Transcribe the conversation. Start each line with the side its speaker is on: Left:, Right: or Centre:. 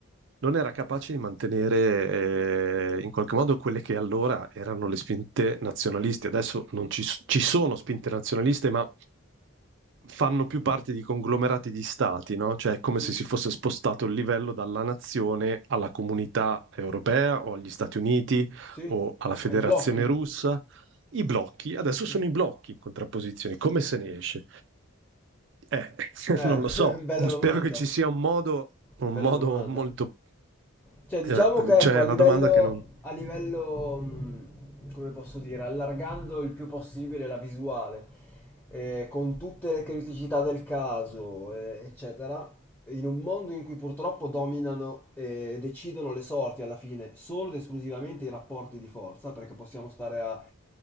Right: non era capace di mantenere eh, in qualche modo quelle che allora erano le spinte nazionaliste. Adesso non ci, s- ci sono spinte nazionaliste, ma fanno più parte di conglomerati di stati, no? Cioè è come
Centre: Sì.
Right: se si fosse spostato il livello dalla nazione alla comunità europea o agli Stati Uniti
Centre: Sì.
Right: o alla Federazione
Centre: Ai blocchi.
Right: Russa i blocchi, adesso sono
Centre: Eh,
Right: i blocchi in contrapposizione, come se ne esce? Eh, <laughs>
Centre: <laughs>
Right: non lo so,
Centre: bella
Right: spero
Centre: domanda.
Right: che ci sia un modo, un
Centre: Bella
Right: modo
Centre: domanda.
Right: molto...
Centre: Cioè, diciamo
Right: eh,
Centre: che
Right: cioè,
Centre: ecco, a
Right: è
Centre: livello,
Right: una domanda che non...
Centre: a livello, mh, come posso dire, allargando il più possibile la visuale, eh, con tutte le criticità del caso, eh, eccetera, in un mondo in cui purtroppo dominano e decidono le sorti alla fine solo ed esclusivamente i rapporti di forza, perché possiamo stare a,